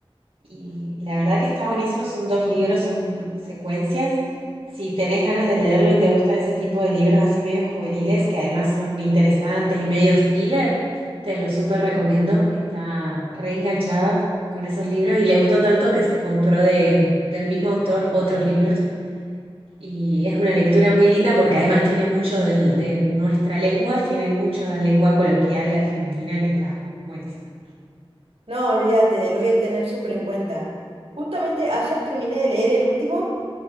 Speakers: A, on the right; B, on the right.
A: y la verdad que está buenísimo, son dos libros, son secuencias. Si tenés ganas de leerlo y te gustan ese tipo de libros así medio juveniles, que además son interesantes y medio thriller, te lo súper recomiendo. Está reenganchada con esos libros y le gustó tanto que se compró de, del mismo autor otros libros. Y es una lectura muy linda porque además tiene mucho del- de nuestra lengua, tiene mucha lengua coloquial de Argentina que está buenísima.
B: No, olvídate, lo voy a tener súper en cuenta. Justamente ayer terminé de leer el último.